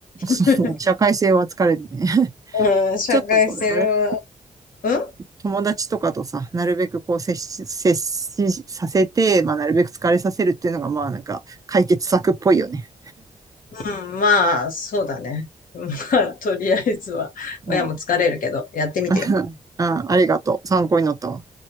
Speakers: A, on the right; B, on the left.
A: そうね社会性は疲れるね。
B: け
A: <laughs>
B: ど。<laughs> うん、社会性は、
A: ちょっとこれ、あれだ、
B: うん
A: 友達とかとさ、なるべくこう接し、接しさせて、まあなるべく疲れさせるっていうのがまあなんか解決策っぽいよね。
B: うん、まあ、そうだね。<laughs> まあ、とりあえずは、親も疲れるけど、
A: うん。
B: やってみてよ。
A: <laughs> うん、ありがとう。参考になったわ。